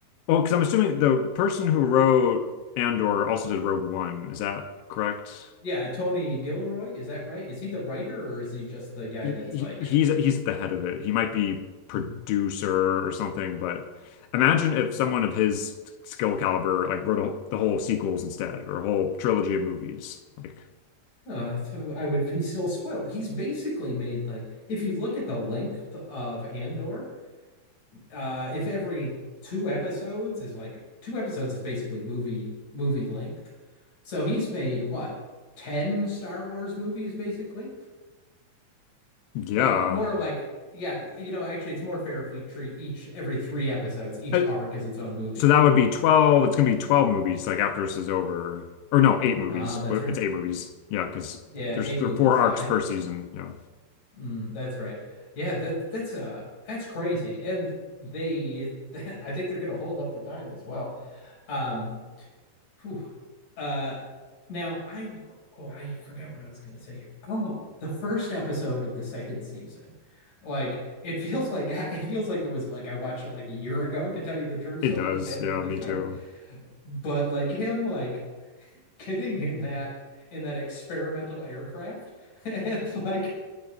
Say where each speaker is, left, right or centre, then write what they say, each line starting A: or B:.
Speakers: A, on the left; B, on the left.
A: well, because I'm assuming the person who wrote Andor also did Rogue One. Is that correct?
B: yeah Tony Gilroy is that right is he the writer or is he just the guy
A: He,
B: that's
A: he-
B: like
A: he's he's at the head of it. He might be producer
B: Mm,
A: or something, but imagine if
B: mm.
A: someone
B: mm.
A: of his skill caliber like wrote a, the whole sequels instead or a whole trilogy of movies. Like,
B: oh, so I would be so spoiled he's basically made like if you look at the length of Andor uh if every two episodes is like two episodes is basically movie movie length. So he's made what 10 Star Wars movies basically,
A: yeah.
B: but more like yeah, you know, actually it's more fair if we treat each every three episodes, each
A: Uh,
B: arc as its own movie.
A: So that would be 12. It's gonna be 12 movies like after this is over. Or no, eight movies.
B: Ah, that's
A: What-
B: right.
A: It's eight movies. Yeah, because
B: Yeah,
A: there's
B: eight
A: there
B: movies.
A: are four arcs
B: Yeah, I,
A: per season. Yeah.
B: mm, that's right. Yeah, that that's uh that's crazy. And they <laughs> I think they're going to hold up to time as well. Um Phew. Uh, now I oh I forgot what I was gonna say here. Oh, the first episode of the second season. Like it feels like <laughs> it feels like it was like I watched it like a year ago to tell you the truth.
A: It
B: So
A: does.
B: much has happened
A: Yeah,
B: with the
A: me
B: show.
A: too.
B: But like him like getting in that in that experimental aircraft. <laughs> It's like